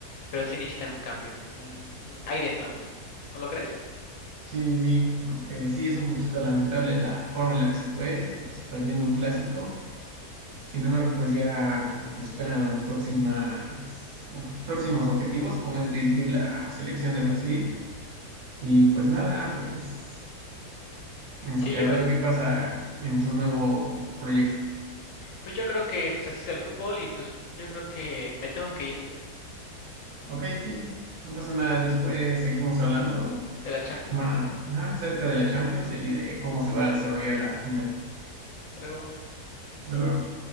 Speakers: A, on the left; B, on the right.
A: pero sí necesitan un cambio, un, un aires nuevos. ¿No lo crees?
B: Sí, sí, aunque sí es un poquito lamentable la forma en la que se fue, pues perdiendo un clásico. Sin embargo, pues ya se esperan próximas, ob- próximos objetivos, como es dirigir la selección de Brasil. Y pues nada, pues este,
A: Sí, yo
B: a ver
A: creo,
B: qué pasa en su nuevo proyecto.
A: pues yo creo que pues así es el fútbol y pues yo creo que me tengo que ir
B: Ok, sí, no pasa nada. Después seguimos hablando
A: de la Champions.
B: ma- ajá, acerca de la Champions y de cómo se va a desarrollar la final.
A: Hasta luego.
B: Hasta luego.